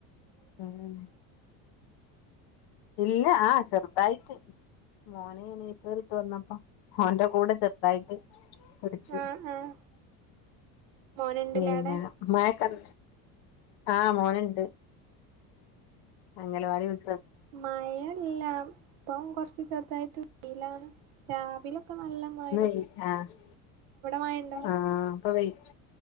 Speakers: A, on the left (about 60°); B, on the right (about 70°).
A: ഉം ഇല്ല ആഹ് ചെറ്തായിട്ട് മോനെ ഇനി <unintelligible> വന്നപ്പോ ഓന്റെ കൂടെ ചെറ്തായിട്ട് കുടിച്ച്
B: ആഹ് ആഹ് മോന്ണ്ട്ലേ
A: പിന്നെ
B: അവ്ടെ
A: മയൊകൺ ആഹ് മോന്ണ്ട് അംഗലവാടി വിട്
B: മയല്ല ഇപ്പം കൊർച് ചെർതായിട്ട് വെയിലാണ് രാവിലൊകെ നല്ല മയ്
A: ഇന്ന് വയ് ആഹ്
B: മഴണ്ടോ
A: ആഹ് ഇപം വെയ്